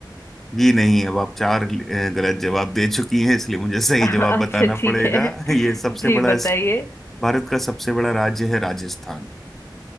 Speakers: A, in the centre; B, on the left (about 35°).
A: जी नहीं अब आप चार अ, गलत जवाब दे चुकी हैं इसलिए मुझे सही
B: अच्छा
A: जवाब बताना
B: ठीक
A: पड़ेगा
B: है
A: <laughs> ये सबसे
B: जी
A: बड़ा
B: बताइए
A: भारत का सबसे बड़ा राज्य है राजस्थान